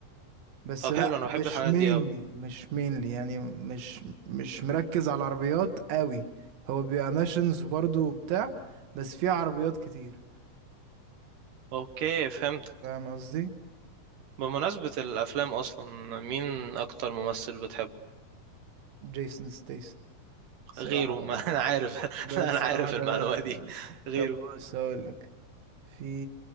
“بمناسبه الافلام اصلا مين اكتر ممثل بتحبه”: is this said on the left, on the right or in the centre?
Right